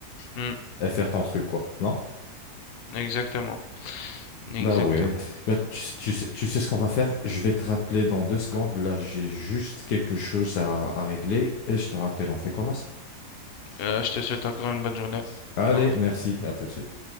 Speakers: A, on the left; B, on the left.
A: hmm,
B: Et faire ton truc, quoi, non?
A: exactement, exactement.
B: Bah ouais, bah, tu, sais, tu sais tu sais ce qu'on va faire? Je vais te rappeler dans deux secondes. Là, j'ai juste quelque chose à, à régler et je te rappelle, on fait comme ça?
A: Euh, je te souhaite encore une bonne journée.
B: Allez,
A: Au revoir.
B: merci, à tout de suite.